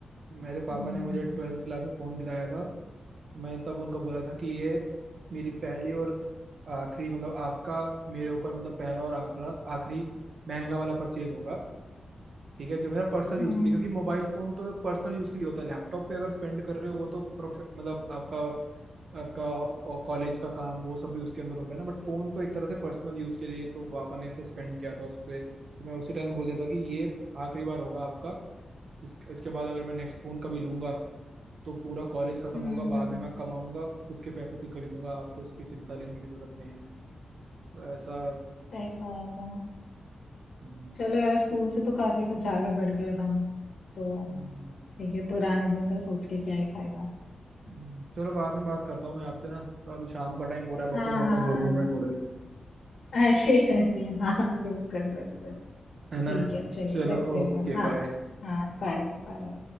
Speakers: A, on the right; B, on the left.
A: मेरे पापा
B: हम्म
A: ने मुझे ट्वेल्थ क्लास में फ़ोन दिलाया था मैंने तब उनको बोला था कि ये मेरी पहली और आखिरी मतलब आपका मेरे ऊपर मतलब पहला और आखिरा आखिरी महंगा वाला परचेज होगा ठीक है जो मेरा पर्सनल
B: हम्म
A: यूज़ के लिए क्योंकि मोबाइल फ़ोन तो पर्सनल यूज़ के लिए होता है लैपटॉप पे अगर स्पेंड कर रहे हो वो तो प्रोफे मतलब आपका आपका कॉलेज का काम वो सब भी उसके अंदर होता है ना बट फ़ोन तो एक तरह से पर्सनल यूज़ के लिए तो पापा ने इसे स्पेंड किया था उस पर तो मैं उसी टाइम बोल देता कि ये आखिरी बार होगा आपका इस, इसके बाद अगर मैं नेक्स्ट फोन कभी लूंगा तो पूरा कॉलेज खत्म
B: हम्म
A: होगा बाद में मैं कमाऊंगा खुद के पैसे से खरीदूंगा आपको उसकी चिंता लेने की जरूरत नहीं है तो ऐसा
B: सही बात है
A: हम्म,
B: चलो यार स्कूल से तो काफी कुछ आगे बढ़ गए अब हम तो
A: हम्म,
B: ठीक है पुराने दिन का सोच के क्या ही फायदा
A: हम्म, चलो बाद में बात करता हूँ मैं आपसे ना तो अभी शाम का टाइम हो रहा है बर्तन
B: हाँ
A: बर्तन
B: हाँ
A: धो लूँ मैं थोड़े
B: अरे अरे हाँ बिल्कुल बिल्कुल ठीक
A: है ना
B: है चलिए
A: चलो
B: रखते हो
A: ओके
B: मैं हाँ
A: बाय
B: हाँ बाय बाय